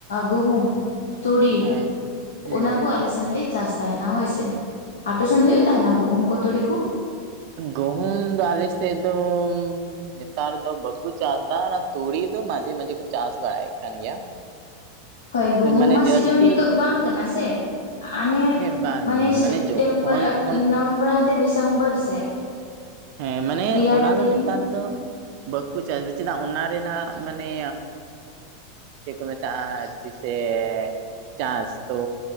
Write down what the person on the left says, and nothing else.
ᱜᱩᱦᱩᱢ ᱛᱩᱲᱤ
ᱚᱱᱟᱠᱚ ᱟᱞᱮᱥᱮ ᱦᱮᱱᱞᱤ ᱪᱟᱥ ᱛᱟᱦᱮᱱᱟ ᱦᱳᱭ ᱥᱮ ᱟᱯᱮᱥᱱ ᱦᱩᱭᱩᱜ ᱛᱟᱦᱮᱱᱟ ᱜᱩᱦᱩᱢ ᱠᱚ ᱛᱩᱲᱤ ᱠᱩ
ᱦᱳᱭ ᱜᱩᱦᱩᱢ
ᱢᱟ
ᱥᱤᱡᱚᱱ ᱱᱤᱛᱚᱜ ᱵᱟᱝ ᱠᱟᱱᱟ ᱥᱮ ᱚᱱᱮ
ᱢᱟᱱᱮ ᱥᱮᱯᱴᱮᱢᱵᱚᱨ
ᱱᱚᱵᱷᱮᱢᱵᱚᱨ ᱦᱟᱱᱛᱮ ᱰᱤᱥᱮᱢᱵᱚᱨ ᱥᱮᱫ
ᱨᱮᱭᱟᱲ
ᱫᱤᱱ